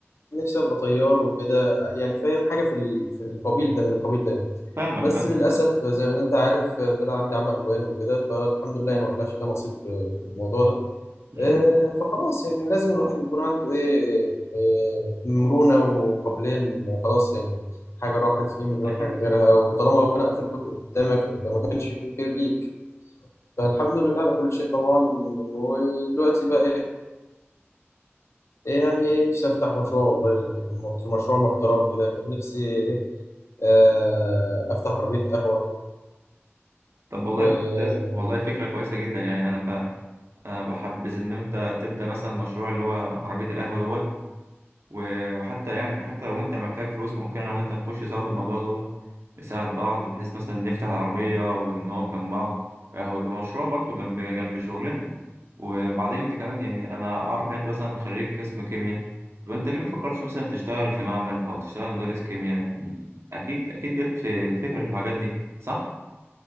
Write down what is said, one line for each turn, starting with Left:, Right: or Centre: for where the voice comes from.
Left: نفسي أبقى طيار وكده يعني فاهم حاجة في ال- في القبيل ده من القبيل ده
Right: فاهمك
Left: بس
Right: فاهمك
Left: للأسف زي ما أنت عارف طلع عندي عمى ألوان وكده فالحمد لله يعني ما طلعش ده نصيب في في الموضوع ده
Right: الحمد
Left: آه، فخلاص يعني لازم الواحد يكون عنده ايه آه، مرونة وقابلية إن خلاص يعني حاجة راحت في مليون
Right: لله
Left: حاجة غيرها وطالما ربنا قفل الباب قدامك يبقى ما كانش فيه خير ليك فالحمد لله على كل شيء طبعا ودلوقتي بقى ايه إيه يعني ايه نفسي افتح مشروع والله مط- مشروع محترم كده كان نفسي ايه آه، افتح عربية قهوة
Right: طب والله
Left: و
Right: والله فكرة كويسة جدا يعني أنا ب... أنا بحبذ إن أنت تبدأ مثلا مشروع اللي هو عربية القهوة دوت وحتى يعني حتى لو أنت محتاج فلوس ممكن أنا وأنت نخش سوا في الموضوع دوت نساعد بعض بحيث مثلا نفتح العربية ونقف جنب بعض آه، هو يبقى مشروع برضه جنب جنب شغلنا وبعدين أنت كمان يعني أنا أعرف إن أنت مثلا خريج قسم كيمياء طب أنت ليه مفكرتش مثلا تشتغل في معمل أو تشتغل مدرس كيمياء يعني أكيد أكيد جت في فكرة في الحاجات دي صح؟